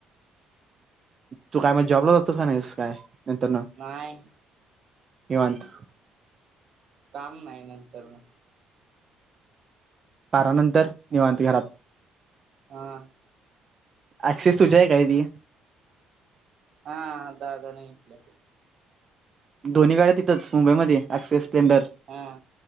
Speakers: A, on the right; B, on the right.
A: तू काय म्हण जॉबला जातोस का नाहीस काय नंतर न
B: नाहीय
A: निवांत
B: काम नाही नंतर ना
A: पारानंतर निवांते घरात
B: हा
A: ऍक्सेस तुझ्या आहे काय ती
B: हा हा दादाण घेतले
A: दोन्ही गड्या तथंच मुंबईमध्ये अऍक् स्प्लेंडर
B: हा